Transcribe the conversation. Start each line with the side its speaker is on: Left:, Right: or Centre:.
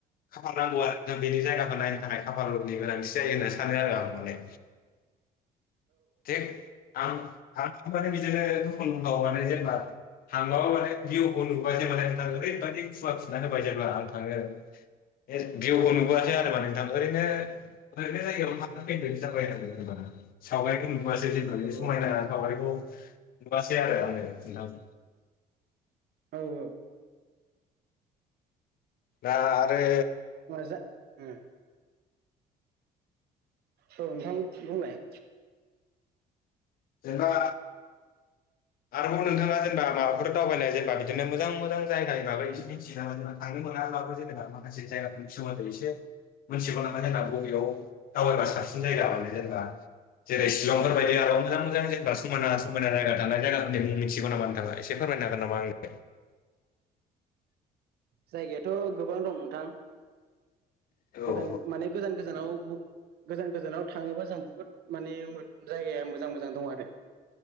Left: खाफाल नांगौ आरो नोंथां बेनि जायगाखौ नायनो थाखाय खाफालनि गोनांथि जायो होनना सानो आरो आं माने <unintelligible> आं आं माने बिदिनो दुखुनथाव माने जेनेबा थांबाबो माने भउखौ नुबा जे माने नोंथा ओरैबायदि खुवा खुनानै होबाय जेब्ला आं थाङो <unintelligible> भिउखौ नुबोआखसै आरो नोंथां ओरैनो ओरैनो जायगायाव माबाना फैनाय बायनांगोन होनबाना सावग खौ नुआसै जेनेबा बेनिन समानता
Right: औ
Left: सावगारिखौ <inaudible> नुबोआसै आरों आंङो नोंथां <inaudible>
Right: औ औ
Left: दा आरो
Right: जा उम औ नोंथां बुंलाय
Left: जेनबा आरोबाव नोंथाङा जेनबा माबाफोर दावबायनाय जेनेबा बिदिनो मोजां मोजां जायगानि बागै एसे मिथि नामा <unintelligible> थांनो मोनाब्लाबो जेनेबा माखासे जायगाफोरनि सोमोन्दै एसे मिथिगौ नामा जेनेबा बबेयाव दावबायबा साबसिन जायगा माने जेनेबा जेरै शिलंफोर बायदि आरो मोजां मोजां जेनेबा समायना समायना जायगा थानाय जायगा फोरनि मुं मिथिगौ नामा नोंथाङा एसे फोरमायनो हागोन नामा आंनो?
Right: जायगायाथ' गोबां दं नोंथां।
Left: आंनो
Right: गोजान
Left: औ
Right: माने गोजान गोजानाव गोजान गोजानाव थाङोबा जों बुहुत माने जायगाया मोजां मोजां दं आरो।